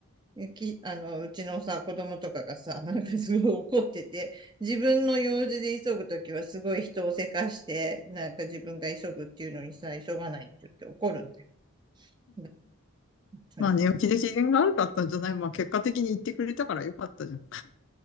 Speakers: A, on the right; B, on the left.
A: うき、あの、うちのさ、子供とかがさ、<laughs> なんかすごい怒ってて、自分の用事で急ぐときはすごい人をせかして、なんか自分が急ぐっていうのにさ、急がないって言って怒るんだよ。本当に。
B: まあ寝起きで機嫌が悪かったんじゃない。まあ結果的に言ってくれたからよかったじゃん。